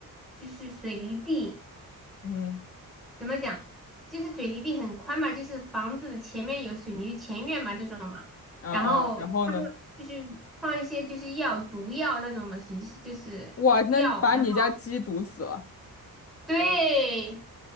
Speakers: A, in the centre; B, on the left.
A: 就是水泥地，
B: 嗯
A: 怎么讲，就是水泥地很宽嘛，就是房子的前面有水泥的前院嘛，这种嘛，
B: 啊啊，
A: 然后他们就是放一些就是药毒药那种的形式，
B: 然后呢？
A: 就是药，
B: 哇，那把你家鸡毒死了，
A: 然后对。